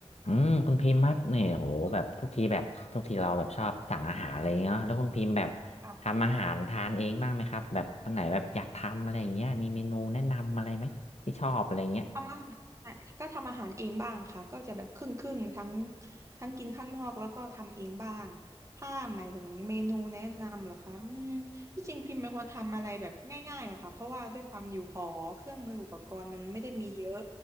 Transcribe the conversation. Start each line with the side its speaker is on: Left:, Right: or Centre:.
Left: อืมคุณพิมพ์คัดเนี่ยโหแบบทุกทีแบบทุกทีเราแบบชอบสั่งอาหารอะไรเงี้ยแล้วคุณพิมพ์แบบ
Right: ค่ะ
Left: ทำอาหารทานเองบ้างไหมครับแบบวันไหนแบบอยากทำอะไรอย่างเงี้ยมีเมนูแนะนำอะไรไหมที่ชอบอะไรเงี้ย
Right: ทำอาหารก็ทำอาหารเองบ้างค่ะก็จะแบบครึ่งครึ่งทั้งทั้งกินข้างนอกแล้วก็ทำเองบ้างถ้าหมายถึงเมนูแนะนำเหรอคะอืมที่จริงพิมพ์เป็นคนทำอะไรแบบง่ายๆอะค่ะเพราะว่าด้วยความอยู่หอเครื่องมืออุปกรณ์มันไม่ได้มีเยอะ